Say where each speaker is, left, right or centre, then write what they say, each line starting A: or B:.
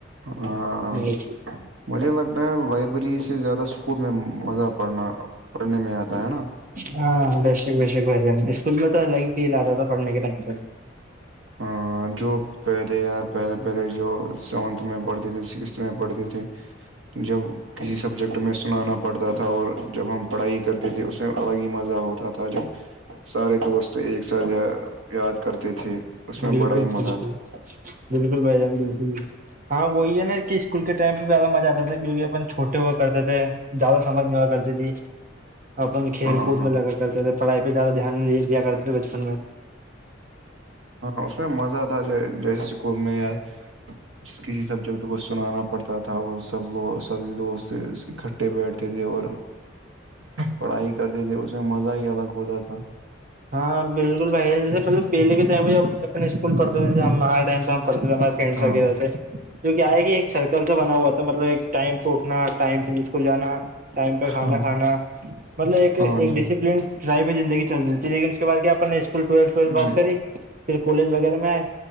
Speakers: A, on the right (about 85°); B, on the right (about 45°).
A: ہاں
B: نہیںائی
A: مجھے لگتا ہے لائبریری سے زیادہ اسکول میں مزہ پڑنا پڑھنے میں آتا ہے نا
B: ہاں ہاں بے شک بے شک بھائی جان اسکول میں تو الگ ہی فی آتا تھا پڑھنے کے ٹائم
A: ہاں، جو پہلے یار پہلے پہلے جو سیونتھ میں پڑھتی تھی سکس میں پڑھتے تھے جب کسی سبجیکٹ میں سنانا پڑتا تھا اور جب ہم پڑھائی کرتے تھے اس میں الگ ہی مزہ ہوتا تھا جب سارے دوست ایک ساتھ یا یاد کرتے تھے اس میں
B: بالکل
A: بڑا ہی مزہ
B: بالکل
A: تھا
B: بالکل بھائی جان بالکل ہاں وہی ہے نا کہ اسکول کے ٹائم پہ زیادہ مزہ آتا تھا کیونکہ چھوٹے ہوا کرتے تھے زیادہ سمج نہیں ہوا کرتی تھی اپن کھیل
A: ہاں
B: کود
A: ہاں
B: میں لگا کرتے تھے پڑھائی پہ زیادہ دھیان دیا کرتے تھے بچپن میں
A: ہاں اس میں مزہ تھا جیسے اسکول میں کسی سبجیکٹ کو سنانا پڑتا تھا اور سب لوگ سبھی دوست اکٹھے بیٹھتے تھے اور پڑھائی کرتے تھے اس میں مزہ ہی الگ ہوتا تھا
B: ہاں بالکل بھائی جیے مطلب پہلے کے ٹائ پہ ہم اپنے اسکول پڑھتے تھ ہمارے ٹائم پہ ہم پڑتے فنڈس
A: ہاں
B: وغیرہ سے جو کیا ہے کہ ایک سرکل س بنا ہوا تھا مطلب ایک ٹائم پہ اٹھنا ٹائم پہ اسکول جانا ٹائم پہ کھانا
A: ہاں
B: کھانا مطلب
A: ہاں
B: ایک
A: جی
B: ڈسپلڈ لائف میں زندگی چل رہتی لیکن اس کے بعد کیا اپ نے اسکول ٹویل ٹھ پس
A: جی
B: کری پھر کالج وغیرہ میں آئے